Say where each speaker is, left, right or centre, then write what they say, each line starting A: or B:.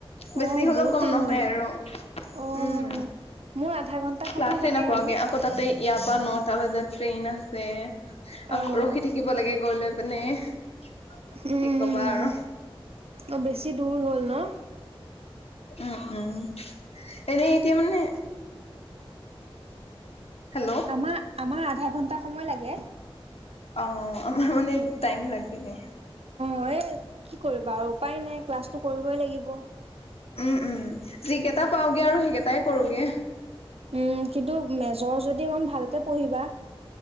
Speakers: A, on the left (about 85°); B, on the right (about 80°).
A: বেছি
B: অ',
A: হলেও
B: বহুত
A: কম
B: টাইম
A: নহয়
B: লাগে।
A: আৰু
B: অ',
A: উম।
B: মোৰ আধা ঘন্টা
A: ক্লাছে
B: সময় লাগে
A: নাপাওঁগে
B: আৰু।
A: আকৌ তাতে ইয়াৰ পৰা নটা বজাত ট্ৰেইন আছে
B: অ',
A: আ ৰখি থাকিব লাগে গলে মানে কি
B: উম,
A: কবা আৰু
B: অ বেছি দূৰ হ'ল ন?
A: উম উম এনেই এতিয়া মানে হেল্ল'
B: আমাৰ আমাৰ আধা ঘন্টা সময় লাগে।
A: অঁ আমাৰ মানে টাইম লাগে।
B: হয়ে কি কৰিবা আৰু উপায় নাই ক্লাছটো কৰিবই লাগিব।
A: উম উম যিকেইটা পাওঁগে আৰু সেইকেইটাই কৰোগে।
B: উম কিন্তু মেজৰ যদি অকমান ভালকে পঢ়িবা।